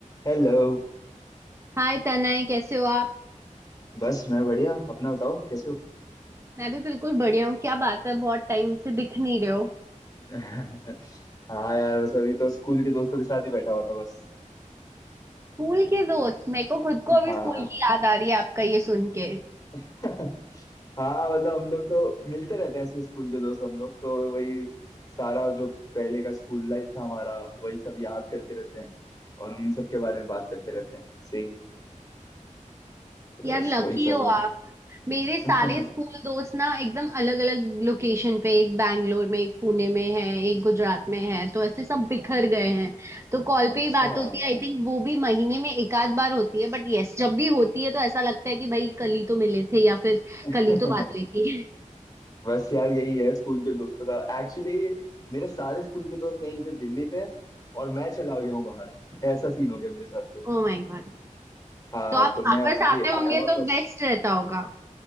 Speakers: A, on the left (about 25°); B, on the right (about 20°).
A: Hello
B: हाय तनय कैसे हो आप
A: बस मैं बढ़िया अपना बताओ कैसे हो
B: मैं भी बिल्कुल बढ़िया हूँ क्या बात है बहुत टाइम से दिख नहीं रहे हो
A: <laughs> हाँ यार बस अभी तो स्कूल के दोस्तों के साथ ही बैठा हुआ था बस
B: स्कूल के दोस्त मेरे को खुद को अभी
A: हाँ
B: स्कूल की याद आ रही है आपका ये सुन के
A: <laughs> हाँ मतलब हम लोग तो मिलते रहते हैं ऐसे स्कूल के दोस्त हम लोग तो वही सारा जो पहले का स्कूल लाइफ था हमारा वही सब याद करते रहते हैं और उन सब के बारे में बात करते रहते हैं ऐसे ही तो
B: यार
A: बस
B: लकी
A: वही चल
B: हो
A: रहा
B: आप मेरे सारे
A: था
B: स्कूल दोस्त ना एकदम अलग अलग लोकेशन पे एक बैंगलोर में एक पुणे में है एक गुजरात में है तो ऐसे सब बिखर गए हैं तो कॉल
A: <laughs> अच्छा
B: पे ही बात होती है आई थिंक वो भी महीने में एक आध बार होती है बट यस जब भी होती है तो ऐसा लगता है कि भाई कल ही तो मिले थे या फिर
A: <laughs>
B: कल ही तो बात हुई थी
A: बस यार यही है स्कूल के दोस्तों का एक्चुअली मेरे सारे स्कूल के दोस्त यहीं पे दिल्ली पे और मैं चला गया हूँ बाहर <laughs> ऐसा सीन हो गया मेरे साथ
B: <laughs>
A: तो
B: ओ माय गॉड
A: हाँ
B: तो आप
A: तो मैं
B: वापस
A: अभी
B: आते
A: आया
B: होंगे
A: वापस
B: तो बेस्ट रहता होगा